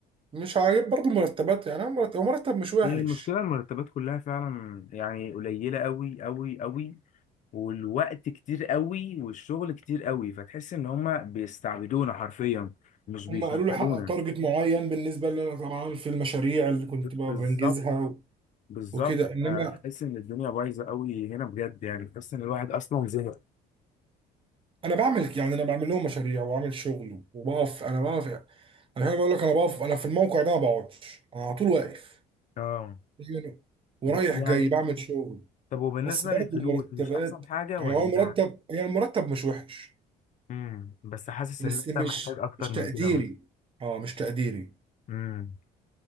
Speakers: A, on the right; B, on the left.
A: مش عاجب برضو المرتبات يعني أنا مرتب هو مرتب مش وحش
B: هي المشكلة المرتبات كلها فعلا يعني قليلة قوي قوي قوي والوقت كتير قوي والشغل كتير قوي فتحس ان هما بيستعبدونا حرفيا مش بيشغلونا
A: هم قالوا لي حقق تارجت معين بالنسبه لي انا طبعا في المشاريع اللي كنت بقى
B: بالظبط
A: بنجزها و...
B: بالظبط
A: وكده انما
B: آه، تحس ان الدنيا بايظة قوي هنا بجد يعني تحس ان الواحد اصلا زهق
A: انا بعمل يعني انا بعمل لهم مشاريع واعمل شغل وبقف انا بقف يعني انا هنا بقول لك انا بقف انا في الموقع ده ما بقعدش انا على طول واقف
B: اه
A: يعني ورايح
B: بس يعني
A: جاي بعمل شغل
B: طب وبالنسبة
A: بس برضه
B: للفلوس
A: المرتبات
B: مش أحسن حاجة
A: يعني
B: ولا
A: هو مرتب يعني المرتب مش وحش
B: امم بس حاسس إن
A: بس
B: أنت
A: مش
B: محتاج أكتر
A: مش
B: من
A: تقديري
B: كده بس
A: اه مش تقديري
B: امم